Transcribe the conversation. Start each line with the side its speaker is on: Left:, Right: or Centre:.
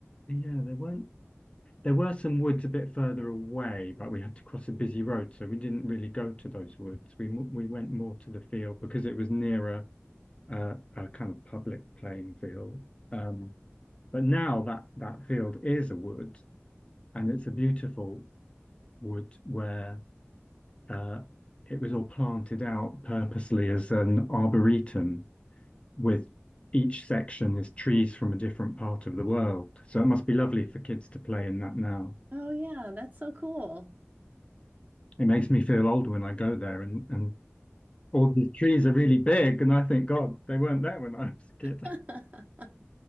Left: yeah, there weren't. There were some woods a bit further away, but we had to cross a busy road, so we didn't really go to those woods. We we went more to the field because it was nearer uh, a kind of public playing field. Um, but now that that field is a wood, and it's a beautiful wood where uh, it was all planted out purposely as an arboretum with each section is trees from a different part of the world. So it must be lovely for kids to play in that now.
Right: Oh yeah, that's so cool.
Left: It makes me feel old when I go there and, and all these trees are really big and I think, God, they weren't there when I was a kid.
Right: <laughs>